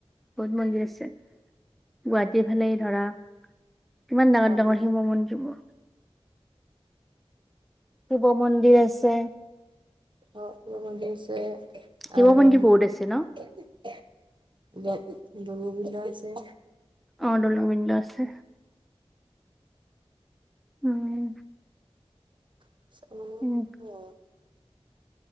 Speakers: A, in the centre; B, on the right.
A: বহুত মন্দিৰ আছে গুৱাহাটীৰ ফালে ধৰা। কিমান
B: গুৱাহাটীত
A: ডাঙৰ ডাঙৰ শিৱ মন্দিৰবোৰ। শিৱ মন্দিৰ আছে।
B: অ শিৱ মন্দিৰ আছে
A: শিৱ
B: আৰু
A: মন্দিৰ বহুত আছে ন
B: অঁ দৌলগোবিন্দ আছে
A: অ দৌলগোবিন্দ আছে উম
B: উ
A: উম
B: অ